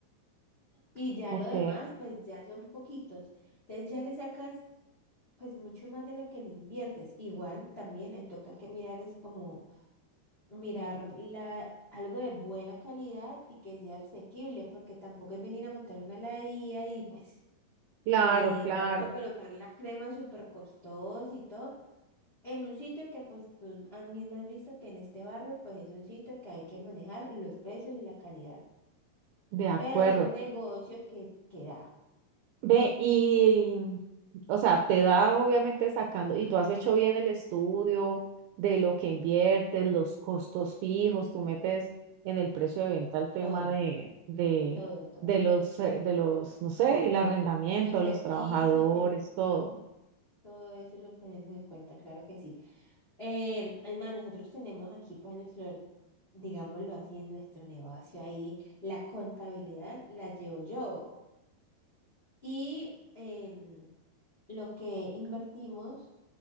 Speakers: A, on the left; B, on the right.
A: Y ya
B: Ok.
A: lo demás, pues ya son poquitos. Entonces ya le sacas pues mucho más de lo que le inviertes. Igual también ahí toca que mirar es como mirar la, algo de buena calidad y que sea asequible, porque tampoco es venir a montar una heladería y pues
B: Claro,
A: eh,
B: claro.
A: vamos a colocar la crema súper costosa y todo en un sitio que pues tú has mismo has visto que en este barrio pues es un sitio que hay que manejar los precios y la calidad,
B: De acuerdo.
A: pero es un negocio que, que da
B: Ve, y, o sea, te da obviamente sacando, y tú has hecho bien el estudio de lo que inviertes, los costos fijos, tú metes en el precio de venta el tema
A: todo,
B: de, de,
A: todo, todo.
B: de los, eh, de los, no sé, el arrendamiento,
A: Los servicios,
B: los trabajadores,
A: el-
B: todo.
A: todo eso lo tenemos en cuenta, claro que sí. Eh, es más, nosotros tenemos aquí, pues, en nuestro, digámoslo así, en nuestro negocio ahí, la contabilidad la llevo yo. Y em, lo que invertimos,